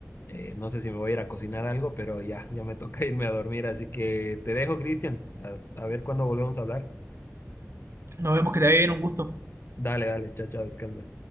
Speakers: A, on the left; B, on the right.
A: Eh, no sé si me voy a ir a cocinar algo, pero ya, ya me toca <laughs> irme a dormir, así que te dejo, Cristian. As- A ver cuándo volvemos a hablar.
B: Nos vemos que te vaya bien un gusto.
A: Dale, dale, chao, chao, descansa.